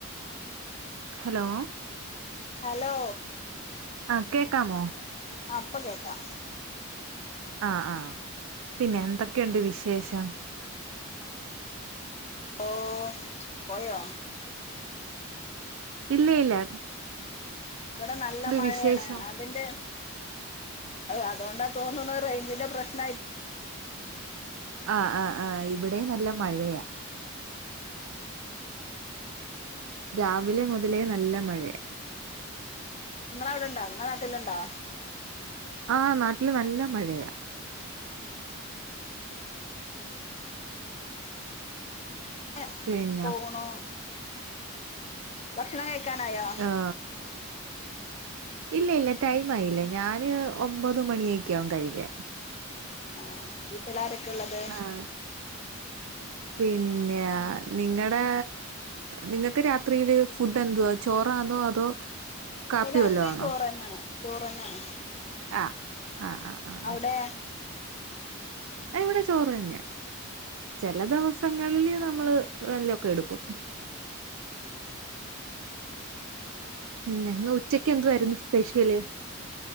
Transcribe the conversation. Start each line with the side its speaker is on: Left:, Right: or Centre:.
Right: ഹലോ
Left: ഹലോ
Right: ആഹ് കേക്കാമോ
Left: ആഹ് പ്പ കേക്കാം
Right: ആഹ് ആഹ് പിന്നെ എന്തൊക്കെയുണ്ട് വിശേഷം
Left: ഓഹ് പോയോ
Right: ഇല്ലയില്ല
Left: ഇവിടെ നല്ല മഴയാണ്
Right: വിശേഷം
Left: അതിന്റെ അതോണ്ടാ തോന്ന്ണ് റേഞ്ചിന്റെ പ്രശ്ന ആ
Right: ആഹ് ആഹ ആഹ് ഇവിടേം നല്ല മഴയാ രാവിലെ മുതലേ നല്ല മഴയാ
Left: ഇങ്ങളെ അവിടെണ്ടോ നിങ്ങളെ നാട്ടിലുണ്ടോ
Right: ആഹ് നാട്ടില് നല്ല മഴയ
Left: ഇങ്ങനെ
Right: പിന്നെ
Left: പോണോ ഭക്ഷണം കഴിക്കാനായോ
Right: ആ ഇല്ല ഇല്ല ടൈം ആയില്ല ഞാന് ഒമ്പത് മണിയൊക്കെ ആകും കഴിക്കാൻ
Left: ആ വീട്ടിലാരൊക്കെ ഇള്ളത്
Right: ആഹ്. പിന്നെ നിങ്ങടെ നിങ്ങൾക്ക് രാത്രിയില് ഫുഡ് എന്തുവാ ചോറാന്നോ അതോ കാപ്പി
Left: രാത്രി
Right: വല്ലോം ആണോ?
Left: ചോറ് തന്നെയാണ് ചോറ് തന്നെ ആണ്
Right: ആഹ് ആഹ് ആ ആ
Left: അവിടെ
Right: ഇവിടെ ചോറ്ന്നെയാ ചെല ദിവസങ്ങളില് നമ്മള് വല്ലൊക്കെ എടുക്കും ഇന്ന് ഉച്ചക്ക് എന്തുവാരുന്നു സ്പെഷ്യല്